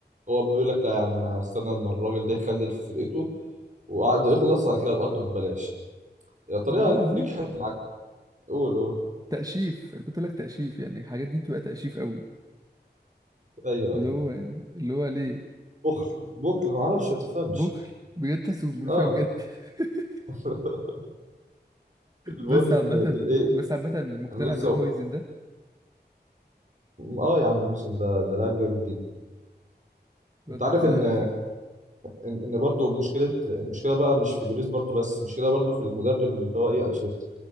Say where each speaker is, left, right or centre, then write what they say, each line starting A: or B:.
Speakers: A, on the right; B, on the right.
A: هو بيقول لك لا يا عم انا هستنى لما الراجل ده يخلل في فرقته وعقده يخلص بعد كده ابقى اخده ببلاش يا طريقة
B: والله عايزين
A: نجحت معاك قول قول
B: تأشيف انا كنت اقول لك تأشيف يعني الحاجات دي بتبقى تأشيف قوي
A: ايوه
B: اللي
A: ايوه
B: هو يعني اللي هو ليه
A: بخل بخل ما اعرفش ما تفهمش
B: بخل بجد تحسه ملوخية
A: اه
B: بجد <laughs>
A: <laughs> المهم
B: بس عامة
A: ان الايه
B: بس عامة مقتنع
A: انا لسه
B: بالواد هويزن ده
A: اه يا عم هوسن ده ده لاعب جامد جدا
B: الواد
A: انت عارف
B: عفك
A: ان ان ان برضه مشكله المشكله بقى مش في بيريز برضه بس المشكله برضه في المدرب اللي هو ايه انشيلوتي